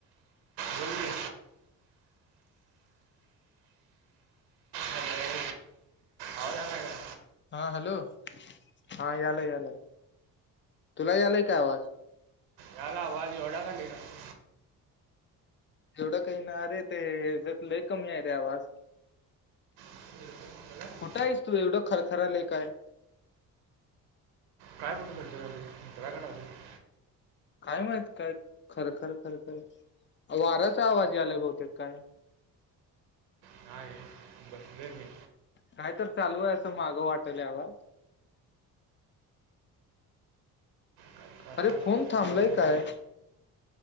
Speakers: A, on the right; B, on the left.
A: बोल की, हॅलो! आवाज यायलाय काय?
B: हा हॅलो, हा यालाय यालाय, तुला यालाय काय आवाज?
A: यालाय आवाज एवढा का <unintelligible>
B: एवढं काही ना रे ते हेज्यात लय कमी आहे रे आवाज.
A: हेडफोन म्हणलं का?
B: कुठं आहीस तू एवढं खरखरालय काय?
A: काय कुठे काय, घराकडे आहे <unintelligible>
B: काय माहित काय खर खर खर वारयाचा आवाज यालाय बहुतेक काय?
A: <unintelligible> मी
B: काय तर चालू आहे असं मागं वाटयल अबा.
A: काही चालला
B: अरे फोन थांबलाय
A: बोल मग
B: काय?